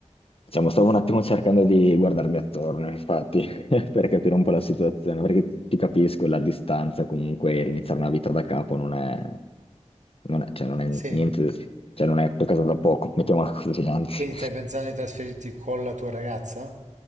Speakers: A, on the left (about 50°); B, on the right (about 85°).
A: diciamo, stavo un attimo cercando di guardarmi attorno, infatti. <laughs> per capire un po' la situazione, perché ti capisco, la distanza comunque, iniziare una vita da capo non è, non è- cioè non è
B: sì.
A: niente, cioè non è qualcosa da poco, <laughs> mettiamola così, anzi.
B: Quindi stai pensando di trasferirti con la tua ragazza?